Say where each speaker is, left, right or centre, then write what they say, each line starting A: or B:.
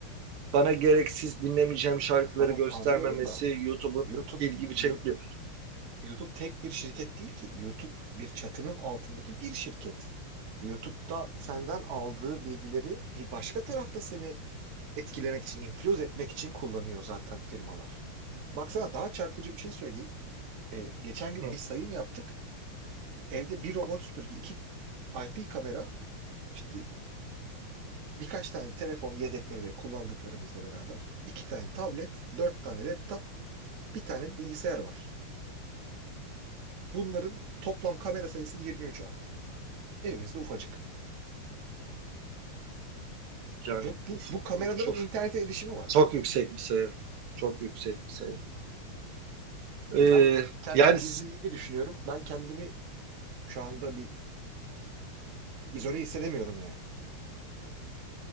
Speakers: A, on the right; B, on the right.
A: bana gereksiz dinlemeyeceğim şarkıları
B: tamam
A: göstermemesi
B: anlıyorum da
A: YouTube'un
B: YouTube
A: ilgimi çekti.
B: YouTube YouTube tek bir şirket değil ki. YouTube bir çatının altındaki bir şirket. YouTube'da senden aldığı bilgileri bir başka tarafta seni etkilemek için, influence etmek için kullanıyor zaten firmalar. Baksana daha çarpıcı bir şey söyleyeyim. Ee, geçen gün
A: Hı,
B: bir sayım yaptık. Evde bir robot süpürge, iki IP kamera, işte birkaç tane telefon yedekleri ve kullandıklarımızla beraber, iki tane tablet, dört tane laptop, bir tane bilgisayar var. Bunların toplam kamera sayısı 23 abi. Evimizde ufacık.
A: Yani
B: Ve bu,
A: uf,
B: bu kameraların
A: uf, çok,
B: internete erişimi var
A: çok
B: yani.
A: yüksek bir sayı. Çok yüksek bir sayı.
B: Şimdi
A: Ee,
B: ben kendi
A: yani
B: gizliliğimi düşünüyorum. Ben kendimi şu anda bir izole hissedemiyorum yani.